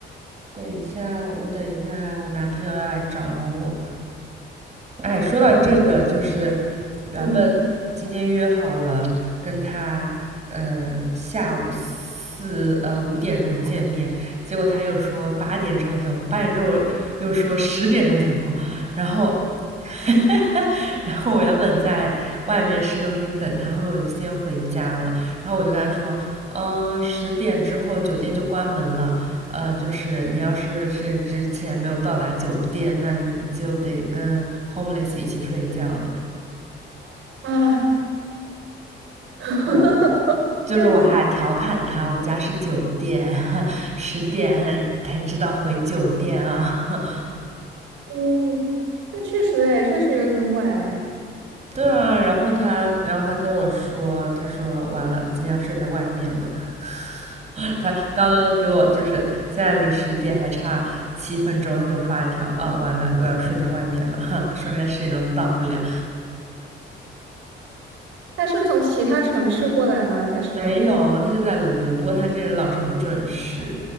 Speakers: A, on the right; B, on the right.
A: 等一下，我等一下，我男朋友要来找我。哎，说到这个，就是原本今天约好了跟他，
B: 嗯
A: 呃，下午四呃五点钟见面，结果他又说八点之后才有空，八点之后又说十点钟才有空，然后，<laughs> 然后我原本在外面市中心等他，后面我就先回家了，然后我就跟他说，嗯、十点之后酒店就关门了，呃，就是你要是是之前没有到达酒店，那你就得跟 homeless 一起睡觉了。
B: 啊，<laughs>
A: 对，就是我还调侃他，
B: 天呐，
A: 我家是酒店，<laughs> 十点还才知道回酒店啊。<laughs>
B: 嗯，那确实哎，确实有点晚哎。
A: 对啊，然后他，然后他跟我说，他说完了，他今天要睡在外面了。<laughs> 他刚刚给我就是现在离十点还差七分钟，他给我发了一条啊，完了，我要睡在外面了，<laughs> 哈，说明十点钟到不了。
B: 他是从其他城市过来吗？还是
A: 没有，他就在伦敦，不过他这个人老是不准时。